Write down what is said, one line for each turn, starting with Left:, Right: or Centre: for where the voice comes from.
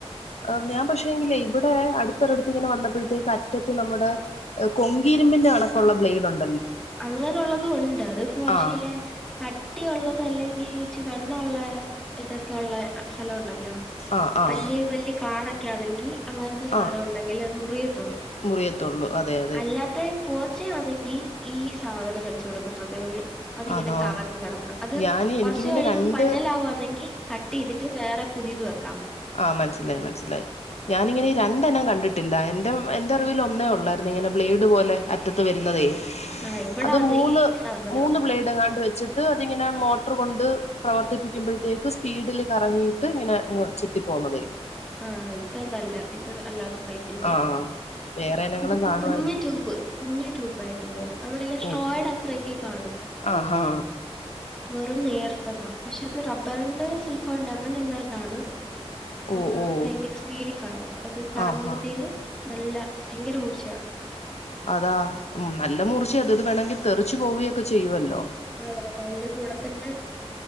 Left: ആഞാൻ പക്ഷേ എങ്കിലേ ഇവിടെ അടുത്ത് ഒരോട് ത് ഇങ്ങനെ വന്നപ്പോഴത്തേക്ക് അറ്റത്ത് നമ്മുടെ കൊങ്കിരുമ്പിന്റെ കണക്കുള്ള ബ്ലേഡ് ഉണ്ട്
Centre: അങ്ങനെുള്ളതും ഉണ്ട് അത് കുറച്ചില്ല
Left: ആഹ്
Centre: കട്ടിയുള്ള അ അല്ലെങ്കിൽ ഇച്ചി വണ്ണ ഉള്ള ഇതൊക്കെയ ഉള്ള സ്ഥലമുണ്ടല്ലോ
Left: ആഹ് ആഹ്
Centre: വലിയ വലിയ കാട് ഓകെ ഒക്കെ ആണെങ്കിൽ അങ്ങനത്തെ സാധനം
Left: ആഹ്
Centre: ഉണ്ടെങ്കിൽ അത് മുറിയത്തുള്ളൂ
Left: മുറിയത്തുള്ളൂ അതെ അതെ
Centre: അല്ലാത്ത പോച്ചേ ആണെങ്കി ഈ സാധനം വെച്ച കൊടുക്കത്തതേ ഉള്ളൂ അതിങ്ങനെ
Left: ആന്നോ
Centre: കറങ്ങും കെടന്ന് അത്
Left: ഞാന്
Centre: കുറച്ച്
Left: എനിക്കിങ്ങനെ
Centre: കഴിയും
Left: രണ്ട്
Centre: പന്നലാവാന്നെങ്കി കട്ട് ചെയ്തിട്ട് വേറെ പുതിയത് വെക്ക
Left: ആ മനസ്സിലായി മനസ്സിലായി ഞാൻ ഇങ്ങനെ രണ്ടനം കണ്ടിട്ടില്ല എൻ്റെ എൻ്റെ അറിവിൽ ഒന്നേ ഉള്ളായിരുന്നു ഇങ്ങനെ ബ്ലേഡ് പോലെ അറ്റത്ത് വരുന്നതേ
Centre: ആഹ് ഇവിടെ
Left: അത് മൂന്ന്
Centre: ഈ സാധനവാ.
Left: മൂന്ന് ബ്ലേഡ് എങ്ങാണ്ട് വെച്ചിട്ട് അതിങ്ങനെ മോട്ടർ കൊണ്ട് പ്രവർത്തിപ്പിക്കുമ്പോഴത്തേക്ക് സ്പീഡിൽ കറങ്ങിയിട്ട് ഇങ്ങനെ അങ്ങ് ചെത്തി പോന്നതേ
Centre: ആ ഇതതല്ല ഇത് അല്ലാതെ പൈപ്പിന്റെ
Left: ആഹ് വേറെ ഇനങ്ങളും
Centre: കു
Left: കാണുമായിരിക്കും
Centre: കുഞ് ട്യൂബ് കുഞ്ഞു ട്യൂബ് ആയിട്ട് വെരും നമ്മുടെ സ്ട്രോയിഡ്
Left: ഓ
Centre: അത്രൊക്ക് കാണൂ
Left: ആഹാ
Centre: വെറും നേർത്തതാ പക്ഷെ അത് റബ്ബറിന്റെ സിൽക്കോ ഉണ്ടോ അങ്ങനെ എന്താണ്ടാണ്
Left: ഓ
Centre: ആ
Left: ഓ
Centre: ഭയങ്കര സ്പീഡിൽ കറങ്ങും അത് കറങ്ങുമ്പോത്തേന്
Left: ആഹാ
Centre: നല്ല ഭയങ്കര മൂർച്ചയ
Left: അതാ ഉം നല്ല മൂറിച്ചയ ഇത് വേണെങ്കിൽ തെറിച്ചു പോവയൊക്കെ ചെയ്യുവല്ലോ
Centre: അതാണ് അതിന്റെ കൂടെ തന്നെ